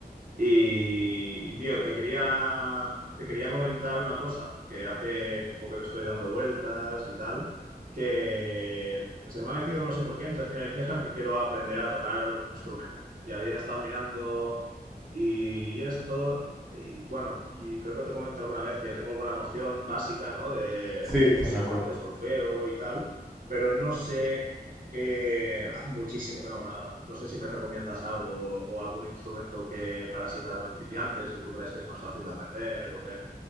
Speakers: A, on the right; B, in the centre.
A: y, y, tío, te quería, te quería comentar una cosa que hace tiempo que le estoy dando vueltas y tal, que se me ha metido no sé por qué entre ceja y ceja que quiero aprender a tocar algún instrumento. Y había estado mirando y esto, y bueno, y creo que te comenté alguna vez que yo tengo alguna noción básica, ¿no? De,
B: Sí,
A: de música,
B: sí, me acuerdo.
A: de solfeo y tal, pero no sé que hace muchísimo que no hago nada. No sé si me recomiendas algo o algún instrumento que para sí, para principiantes, que tú crees que es más fácil de aprender o qué.